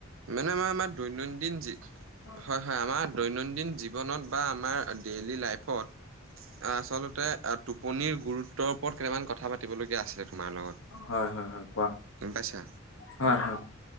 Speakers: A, on the right; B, on the left.
A: মানে আমাৰ আমাৰ দৈনন্দিন যি
B: অ
A: হয় হয় আমাৰ দৈনন্দিন জীৱনত বা আমাৰ ডেইলী লাইফত আচলতে টোপনিৰ গুৰুত্বৰ ওপৰত কেইটামান কথা পাতিবলগীয়া আছিলে তোমাৰ লগত
B: হয় হয় হয় কোৱা
A: গম পাইছা
B: হয়